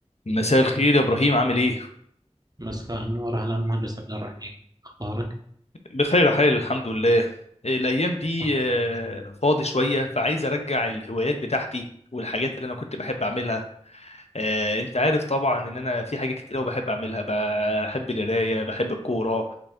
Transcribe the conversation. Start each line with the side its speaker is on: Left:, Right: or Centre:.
Left: مساء الخير يا ابراهيم عامل ايه
Right: مساء النور اهلا مهندس عبد الرحيم اخبارك؟
Left: بخير يا حال الحمد لله الايام دي
Right: الله يخليك.
Left: آه، فاضي شويه فعايز ارجع الهوايات بتاعتي والحاجات اللي انا كنت بحب اعملها آه، انت عارف طبعا ان انا في حاجات كتير قوي بحب اعملها بحب القرايه بحب الكوره